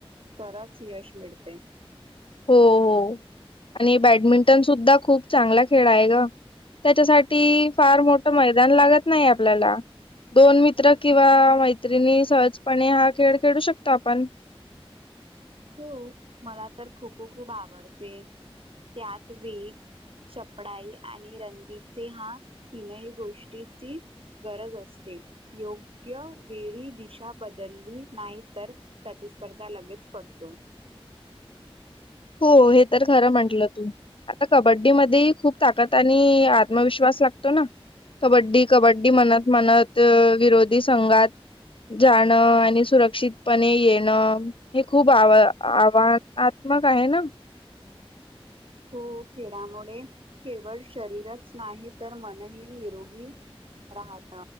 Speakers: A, on the right; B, on the left.
A: तरच यश मिळते
B: हो हो आणि बॅडमिंटन सुुद्धा खूप चांगला खेळ आहे ग त्याच्यासाठी फार मोठं मैदान लागत नाही आपल्याला दोन मित्र किंवा मैत्रिणी सहजपणे हा खेळ खेळू शकतो आपण
A: हो मला तर खो खो खूप आवडते त्यात वेग चपडाई आणि रंंदीचे हा तीनही गोष्टीची गरज असते योग्य वेळी दिशा बदलली नाही तर प्रतिस्पर्धा लगेच पडतो तो
B: हो हे तर खरं म्हटलं तू. आता कबड्डी मध्ये खूप ताकद आणि आत्मविश्वास लागतो ना. कबड्डी कबड्डी म्हणत म्हणत अ विरोधी संघात जाणं आणि सुरक्षितपणे येणं. हे खूप आव आव्हानात्मक आहे ना.
A: हो खेळामुळे केवळ शरीरच नाही तर मनही निरोगी राहत